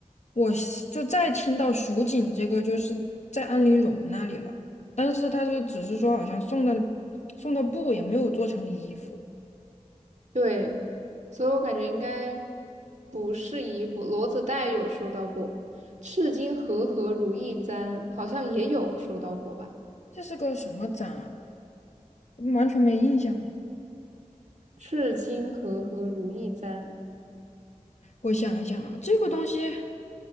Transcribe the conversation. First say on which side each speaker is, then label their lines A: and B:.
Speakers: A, on the left; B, on the right.
A: 我是就再听到蜀锦这个，就是在安陵容那里了，但是他是只是说好像送的送的布也没有做成衣服，
B: 对，所以我感觉应该不是衣服，罗子带有收到过，赤金和和如意簪好像也有收到过吧？
A: 这是个什么展啊？完全没印象呢。
B: 赤金和和如意簪
A: 我想一想啊，这个东西，